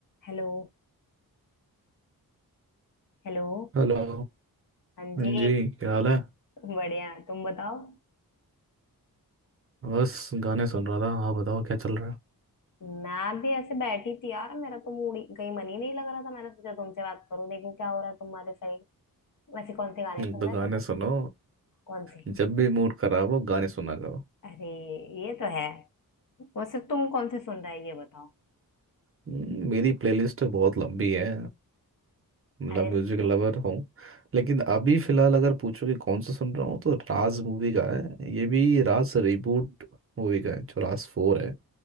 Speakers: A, on the left (about 60°); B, on the right (about 35°).
A: Hello Hello
B: Hello
A: हाँ
B: हाँ
A: जी
B: जी क्या हाल है
A: बढ़िया तुम बताओ
B: बस गाने सुन रहा था हाँ बताओ क्या चल रहा है
A: मैं भी ऐसे बैठी थी यार मेरा तो मूड ही- कहीं मन ही नहीं लग रहा था मैंने सोचा तुमसे बात करूं देखूं क्या हो रहा है तुम्हारे साइड वैसे कौन से गाने
B: हम्म,
A: सुन
B: तो
A: रहे
B: गाने
A: थे तुम
B: सुनो
A: कौन से
B: जब भी मूड खराब हो गाने सुना करो
A: अरे ये तो है वैसे तुम कौन से सुन रहे हो ये बताओ
B: हम्म, मेरी प्लेलिस्ट बहुत लंबी है मतलब
A: अरे
B: म्यूजिक लवर हूँ लेकिन अभी फिलहाल अगर पूछो कि कौन सा सुन रहा हूँ तो राज मूवी का है ये भी राज रिबूट मूवी का है जो राज फोर है